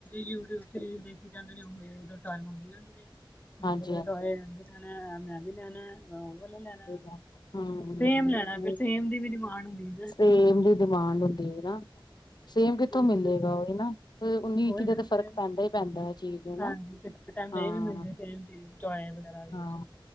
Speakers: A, on the left (about 20°); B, on the left (about 55°).
A: ਯੂਟਿਊਬ 'ਚ ਦੇਖੀ ਜਾਂਦੇ ਨੇ ਉਹ ਟੋਏ ਮੰਗੀ ਜਾਂਦੇ ਨੇਲ
B: ਹਾਂਜੀ ਹਾਂਜੀ
A: ਟੋਏ ਜਾਂ ਲੈਣਾ ਮੈਂ ਵੀ ਲੈਣਾ ਹਾਂ ਉਹ ਵਾਲਾ ਲੈਣਾ
B: ਹਾਂਜੀ ਹੂੰ
A: ਸੇਮ ਲੈਣਾ ਫੇਰ ਸੇਮ ਦੀ ਵੀ ਮਾਣ ਹੁੰਦੀ
B: ਕੁਲਵਿੰਦਰ ਡਿਮਾਂਡ ਹੁੰਦੀ ਏ ਨਾ ਸੇਮ ਕਿੱਥੋਂ
A: ਨਾ
B: ਮਿਲੇਗਾ ਉਹੀ ਨਾ, ਫੇਰ ਉਨੀ
A: ਉਹੀ
B: ਇਕੀ ਦਾਂ
A: ਨਾ
B: ਤੇ
A: ਸੇਮ
B: ਫ਼ਰਕ ਪੈਂਦਾ ਹੀ ਪੈਂਦਾ ਚੀਜ਼ ਨੂੰ ਨਾ
A: ਹਾਂਜੀ ਕਿਸੇ ਟਾਈਮ ਨਹੀਂ
B: ਹਾਂ
A: ਵੀ ਮਿਲਦੇ ਫਿਰ ਅਸੀ ਟੋਇਸ ਵਗੈਰਾ ਦੇ
B: ਹਾਂ
A: ਵਿੱਚ